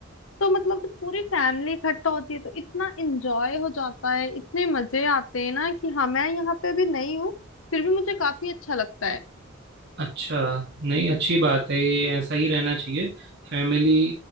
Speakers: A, on the left; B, on the right.
A: तो मतलब जो पूरी फैमिली इकट्ठा होती है तो इतना एंजॉय हो जाता है इतने मजे आते हैं ना कि हाँ मैं यहाँ पे अभी नहीं हूँ फिर भी मुझे काफी अच्छा लगता है
B: अच्छा नहीं अच्छी बात है ये ऐसा ही रहना चाहिए फैमिली